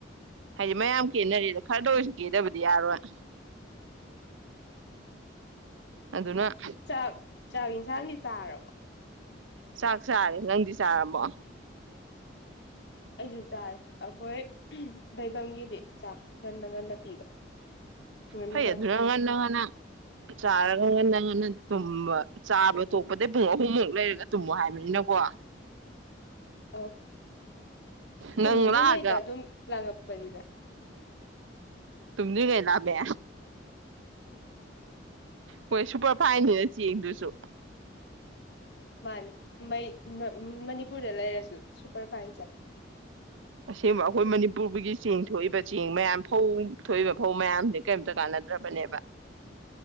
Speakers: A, on the right; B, on the left.
A: ꯍꯥꯏꯗꯤ ꯃꯌꯥꯝ ꯀꯦꯟꯅꯔꯤ ꯈꯔꯗ ꯑꯣꯏꯔꯁꯨ ꯀꯦꯗꯕꯗꯤ ꯌꯥꯔꯣꯏ꯫ ꯑꯗꯨꯅ
B: ꯆꯥꯛ- ꯆꯥꯛ ꯌꯦꯟꯁꯥꯡꯒꯤ ꯆꯥꯔꯕꯣ?
A: ꯆꯥꯛ ꯆꯥꯔꯦ ꯅꯪꯗꯤ ꯆꯥꯔꯕꯣ?
B: ꯑꯩꯁꯨ ꯆꯥꯔꯦ ꯑꯩꯈꯣꯏ ꯂꯩꯩꯐꯝꯒꯤꯗꯤ ꯆꯥꯛ ꯉꯟꯅ - ꯉꯟꯅ ꯄꯤꯕ꯫ ꯉꯟꯅ
A: ꯐꯩ
B: ꯆꯥꯊꯣꯛ
A: ꯑꯗꯨꯅꯥ ꯉꯟꯅꯥ - ꯉꯟꯅꯥ ꯆꯥꯔꯒ ꯉꯟꯅ - ꯉꯟꯅ ꯇꯨꯝꯕ ꯆꯥꯕ ꯇꯣꯛꯄꯗꯩꯩ ꯄꯨꯡ ꯑꯍꯨꯝꯃꯨꯛ ꯂꯩꯔꯒ ꯇꯨꯝꯃꯣ ꯍꯥꯏꯕꯅꯤꯅꯀꯣ꯫
B: ꯑ ꯇꯨꯝꯗ꯭ꯔꯤꯉꯩꯗ
A: ꯅꯪ ꯂꯥꯛꯑꯒ
B: ꯑꯗꯨꯝ ꯂꯥꯡꯉꯛ ꯄꯅꯤꯗ
A: ꯇꯨꯝꯗꯔ꯭ꯤ ꯉꯩ ꯂꯥꯝꯃꯦ꯫ ꯍꯣꯏ ꯁꯨꯄꯔ ꯐꯥꯏꯟꯅꯤꯅ ꯆꯦꯡꯁꯤꯁꯨ꯫
B: ꯃꯥꯅꯤ ꯃꯩ ꯃꯅꯤꯄꯨꯔꯗ ꯂꯩꯔꯁꯦ꯫ ꯁꯨꯄꯔ ꯐꯥꯏꯟ ꯆꯥꯏ꯫
A: ꯑꯁꯦꯡꯕ ꯑꯩꯈꯣꯏ ꯃꯅꯤꯄꯨꯔꯒꯤ ꯆꯦꯡ ꯊꯣꯛꯏꯕ ꯆꯦꯡ ꯃꯌꯥꯝ ꯐꯧ ꯊꯣꯛꯏꯕ ꯐꯧ ꯃꯌꯥꯝꯁꯦ ꯀꯔꯤꯝꯇ ꯀꯥꯟꯅꯗ꯭ꯔꯕꯅꯦꯕ꯫